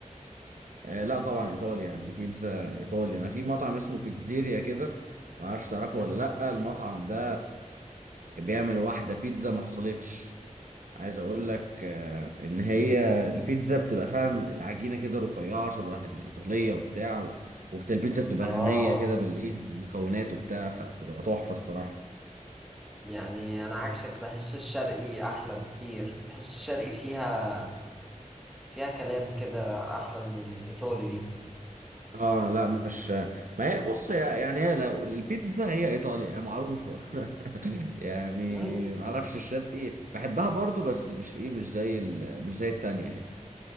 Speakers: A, on the right; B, in the centre.
A: آه لا طبعا ايطالي يعني البيتزا ايطالي انا في مطعم اسمه بيتزيريا كده ما اعرفش تعرفه
B: مم.
A: ولا لا المطعم ده كان بيعمل واحده بيتزا ما حصلتش عايز اقول لك آه ان هي البيتزا بتبقى فعلا العجينه كده رفيعه شبه الايطاليه وبتاع و- وبتاع البيتزا بتبقى
B: آه
A: غنيه كده بالايه بالمكونات وبتاع فبتبقى تحفه الصراحه
B: يعني أنا عكسك بحس الشرقي أحلى بكتير بحس الشرقي فيها فيها كلام كده احلى من الايطالي دي
A: اه لا مش ما هي بص هي- يعني هي لو البيتزا هي ايطاليا هي معروفه <laughs> يعني
B: مم.
A: معرفش الشرقي بحبها برضو بس مش ايه مش زي ال... مش زي التانية يعني